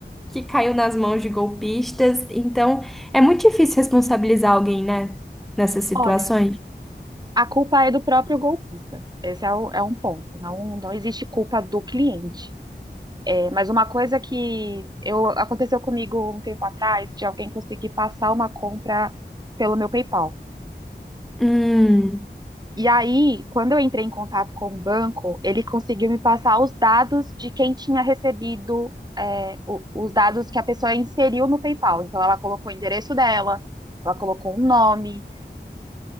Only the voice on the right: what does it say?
Olha, a culpa é do próprio golpista. Esse é, o- é um ponto. Não, não existe culpa do cliente. É, Mas uma coisa que eu, aconteceu comigo um tempo atrás, de alguém conseguir passar uma compra pelo meu PayPal.
E aí, quando eu entrei em contato com o banco, ele conseguiu me passar os dados de quem tinha recebido, é, o- os dados que a pessoa inseriu no PayPal. Então, ela colocou o endereço dela, ela colocou um nome.